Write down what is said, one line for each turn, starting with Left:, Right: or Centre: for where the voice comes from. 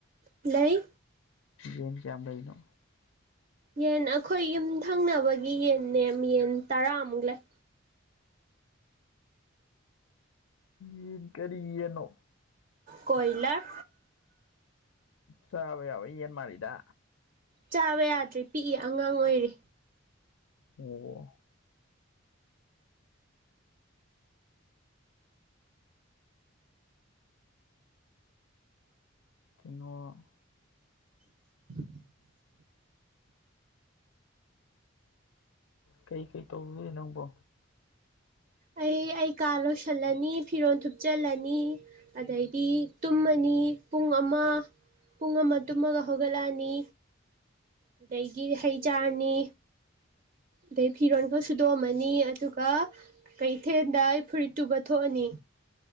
Right: ꯂꯩ
Left: ꯌꯦꯟ ꯀꯌꯥꯝ ꯂꯩꯔꯤꯅꯣ
Right: ꯌꯦꯟ ꯑꯈꯣꯏ ꯌꯨꯝ ꯊꯪꯅꯕꯒꯤ ꯌꯦꯟꯅꯦ ꯌꯦꯟ ꯇꯔꯥꯃꯨꯛ ꯂꯩ
Left: ꯌꯦꯟ ꯀꯔꯤ ꯌꯦꯟꯅꯣ
Right: ꯀꯣꯏꯂꯔ
Left: ꯆꯥꯥꯕ ꯌꯥꯕ ꯌꯦꯟ ꯃꯥꯜꯂꯤꯗ
Right: ꯆꯥꯕ ꯌꯥꯗ꯭ꯔꯤ ꯄꯤꯛꯏ ꯑꯉꯥꯡ ꯑꯣꯏꯔꯤ
Left: ꯑꯣ ꯀꯩꯅꯣ
Right: <inaudible>
Left: ꯀꯩ ꯀꯩ ꯇꯧꯔꯨꯅꯦ ꯅꯪꯕꯣ
Right: ꯑꯩ ꯑꯩ ꯀꯥ ꯂꯣꯏꯁꯤꯜꯂꯅꯤ ꯐꯤꯔꯣꯜ ꯊꯨꯞꯆꯜꯂꯅꯤ ꯑꯗꯩꯗꯤ ꯇꯨꯝꯃꯅꯤ ꯄꯨꯡ ꯑꯃ ꯄꯨꯡ ꯑꯃ ꯇꯨꯝꯃꯒ ꯍꯧꯒꯠꯂꯛꯅꯤ ꯑꯗꯩꯩꯒꯤ ꯍꯩ ꯆꯥꯔꯅꯤ ꯑꯗꯩ ꯐꯤꯔꯣꯟꯈ ꯁꯨꯗꯣꯛꯑꯝꯃꯅꯤ ꯑꯗꯨꯒ ꯀꯩꯊꯦꯜꯗ ꯑꯩ ꯐꯨꯔꯤꯠ ꯇꯨꯕ ꯊꯣꯛꯑꯅꯤ